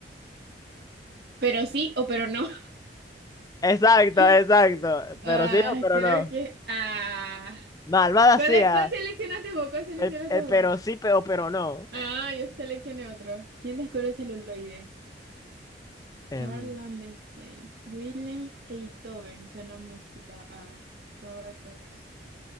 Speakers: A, on the right; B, on the left.
A: Pero sí o pero no.
B: Exacto,
A: <laughs>
B: exacto.
A: Ah,
B: Pero sí o pero
A: creo
B: no.
A: que. Ah.
B: Malvada
A: ¿Cuál,
B: sea.
A: es- cuál seleccionaste vos? ¿Cuál seleccionaste
B: El, el
A: vos?
B: pero sí, pero, pero no.
A: Ah, yo seleccioné otro. ¿Quién descubrió el celuloide?
B: Em,
A: Carl Landstein. Willem Einthoven. Suena música a Robert Koch.